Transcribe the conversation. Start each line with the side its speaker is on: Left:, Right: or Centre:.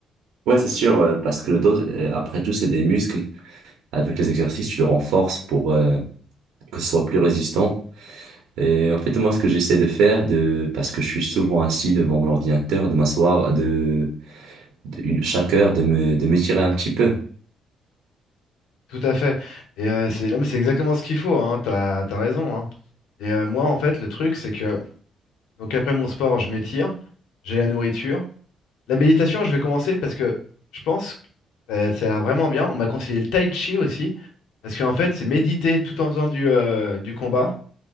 Right: ouais c'est sûr, euh, parce que le dos, euh, après tout, c'est des muscles. Avec les exercices, tu le renforces pour... euh, que ce soit plus résistant. Et en fait, moi, ce que j'essaie de faire, de, parce que je suis souvent assis devant mon ordinateur, de m'asseoir, de, de- une, chaque heure, de me, de m'étirer un petit peu.
Left: Tout à fait. Et euh, c'est, non, mais c'est exactement ce qu'il faut. Hein, t'as, t'as raison. hein. Et euh, moi, en fait, le truc, c'est que donc après mon sport, je m'étire, j'ai la nourriture. La méditation, je vais commencer parce que je pense que euh, ça a l'air vraiment bien. On m'a conseillé le tai chi aussi, parce qu'en fait, c'est méditer tout en faisant du, euh, du combat.